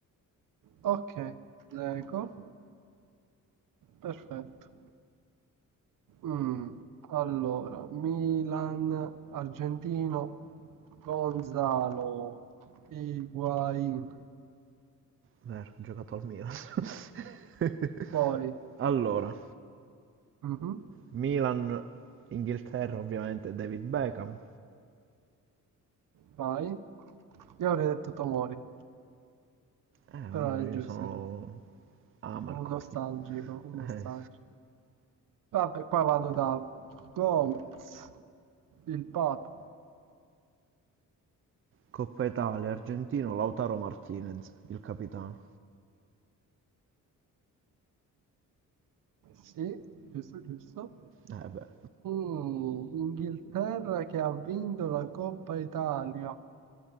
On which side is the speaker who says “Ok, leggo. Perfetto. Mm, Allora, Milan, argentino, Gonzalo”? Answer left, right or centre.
Right